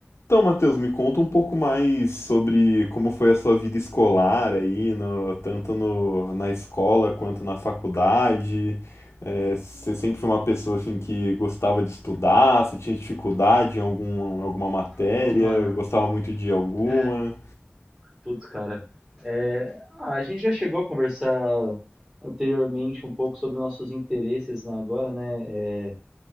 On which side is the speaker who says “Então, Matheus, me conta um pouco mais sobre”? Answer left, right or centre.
Left